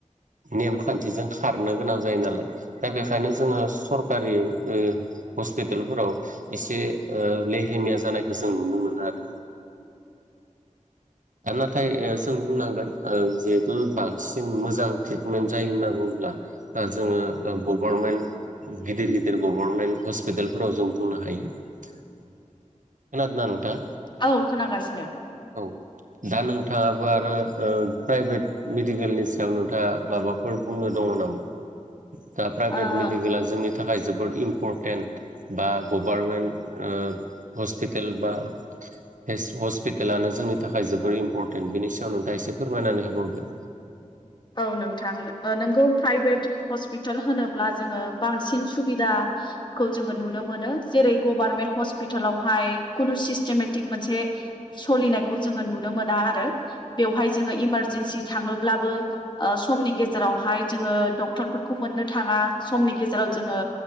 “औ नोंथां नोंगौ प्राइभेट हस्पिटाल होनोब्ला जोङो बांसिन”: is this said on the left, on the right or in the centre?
Left